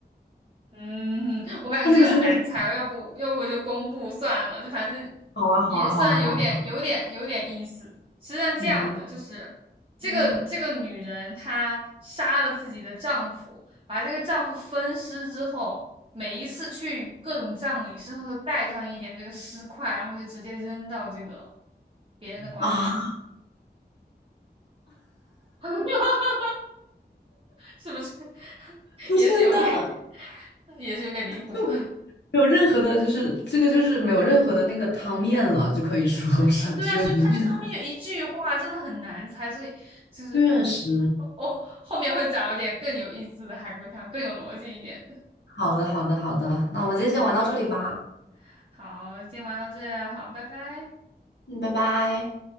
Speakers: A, on the right (about 30°); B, on the left (about 75°).
A: 嗯，我感觉这个很难猜，
B: 他这个身份，
A: 要不要不我就公布算了，就反正
B: 好啊，好啊，
A: 也算有点有点有点意思。
B: 好啊，好啊，好啊
A: 实际上这样的，
B: 明白。
A: 就是这个这个女人她杀了自己的丈夫，
B: 嗯
A: 把这个丈夫分尸之后，每一次去各种葬礼，身上都带上一点这个尸块，然后就直接扔到这个别人的棺材里，
B: 啊，
A: <laughs> 是不是？<laughs>
B: 不是那。
A: 也是有点，也是有点离谱的。
B: 就。没有任何的，就是这个就是没有任何的那个汤面了，就可以说 <laughs> 是只有一句的。
A: 啊，对啊，是他他他们有一句话真的很难猜，所以就是
B: 确实，
A: 哦哦，后面会找一点更有意思的海龟汤，更有逻辑一点的。
B: 好的，好的，好的，那我们今天先玩到这里吧，
A: 好，好，今天玩到这，好，拜拜。
B: 嗯，拜拜。